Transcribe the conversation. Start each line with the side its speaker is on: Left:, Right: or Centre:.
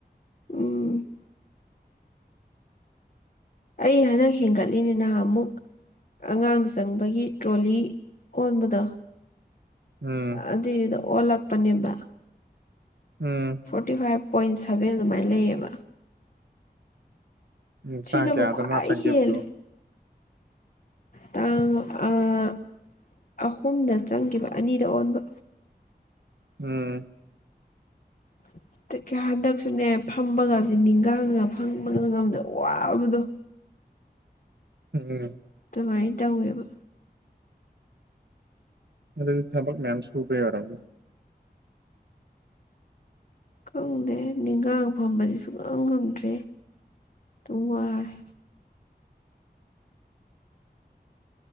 Left: ꯎꯝ ꯑꯩ ꯍꯟꯗꯛ ꯍꯦꯟꯒꯠꯂꯤꯅꯤ ꯅꯍꯥꯃꯨꯛ ꯑꯉꯥꯡ ꯆꯪꯕꯒꯤ ꯇ꯭ꯔꯣꯂꯤ ꯑꯣꯟꯕꯗꯣ
Right: ꯎꯝ
Left: ꯑꯗꯨꯏꯗꯨꯗ ꯑꯣꯂꯛꯄꯅꯤꯕ
Right: ꯎꯝ
Left: ꯐꯣꯔꯇꯤ ꯐꯥꯏꯚ ꯄꯣꯏꯟ ꯁꯕꯦꯟ ꯑꯗꯨꯃꯥꯏꯅ ꯂꯩꯌꯦꯕ
Right: ꯎꯝ
Left: ꯁꯤꯅꯕꯨ
Right: ꯇꯥꯡ ꯀꯌꯥꯗ
Left: ꯈ꯭ꯋꯥꯏ
Right: ꯃꯥ ꯆꯪꯈꯤꯕꯗꯨ
Left: ꯍꯦꯜꯂꯦ ꯇꯥꯡ ꯑꯥ ꯑꯍꯨꯝꯗ ꯆꯪꯒꯤꯕ ꯑꯅꯤꯗ ꯑꯣꯟꯕ
Right: ꯎꯝ
Left: <inaudible> <unintelligible> ꯍꯟꯗꯛꯁꯨꯅꯦ ꯐꯝꯕꯒꯁꯦ ꯅꯤꯡꯒꯥꯡꯒ ꯐꯝꯕꯒ ꯉꯝꯗ ꯋꯥꯕꯗꯣ
Right: ꯎꯝ
Left: ꯑꯗꯨꯃꯥꯏꯟ ꯇꯧꯋꯦꯕ
Right: ꯑꯗꯨꯗꯤ ꯊꯕꯛ ꯃꯌꯥꯝ ꯁꯨꯕꯩ ꯑꯣꯢꯔꯝꯅꯤ
Left: ꯈꯪꯗꯦ ꯅꯤꯡꯒꯥꯡ ꯐꯝꯕꯗꯤ ꯁꯨꯛꯉꯝ ꯉꯝꯗ꯭ꯔꯦ ꯇꯨꯝ ꯋꯥꯔꯦ